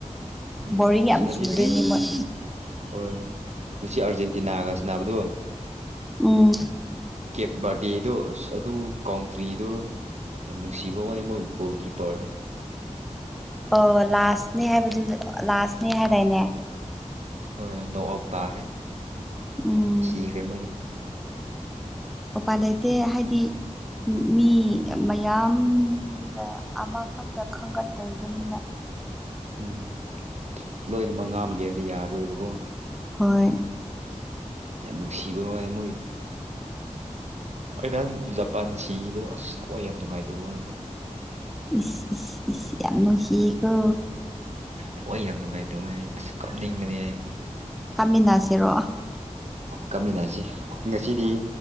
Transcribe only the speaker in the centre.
ꯕꯣꯔꯤꯡ
ꯌꯥꯝ
ꯆꯨꯗꯣꯏꯅꯦ
ꯃꯣꯏ
ꯑꯣ
ꯑꯣ ꯂꯥꯁꯅꯦ ꯍꯥꯏꯕꯗꯨ ꯂꯥꯁꯅꯦ ꯍꯥꯏꯗꯥꯏꯅꯦ
ꯎꯝ
ꯎꯄ ꯂꯩꯇꯦ ꯍꯥꯏꯗꯤ ꯃꯤ
ꯃꯌꯥꯝ ꯑꯗꯨꯗ ꯑꯃꯈꯛꯇ ꯈꯟꯒꯠꯇꯣꯏꯕꯅꯤꯅ
ꯍꯣꯏ
ꯏꯁꯤ ꯌꯥꯝ ꯅꯨꯁꯤꯀ
ꯀꯥꯃꯤꯅꯥꯁꯤꯔꯣ